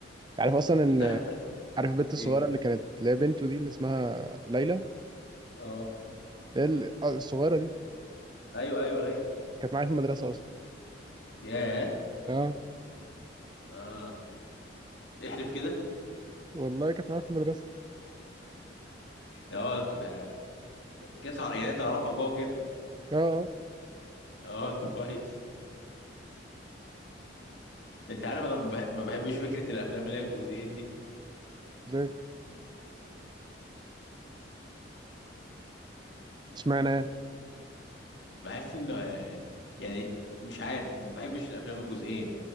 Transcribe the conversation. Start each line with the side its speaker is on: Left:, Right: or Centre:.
Right: عارف اصلا ان
Left: انت عارف
Right: عارف البنت الصغيره
Left: ايه
Right: اللي كانت اللي هي بنته دي اللي اسمها ليلى
Left: اه
Right: اللي هي ال- آه، الصغيره دي
Left: ايوه ايوه ليلى
Right: كانت معايا في المدرسه اصلا
Left: ياه
Right: اه
Left: اه احلف كده
Right: والله كانت معايا في المدرسه
Left: اه ده ده انت كده تعرف يعني تعرفها جوه كده
Right: اه اه
Left: اه طب كويس انت عارف انا ما بح- ما بحبش فكره الافلام اللي هي الجزئين دي
Right: ليه اشمعنى
Left: بحس انه آه، يعني مش عارف ما بحبش الافلام الجزئين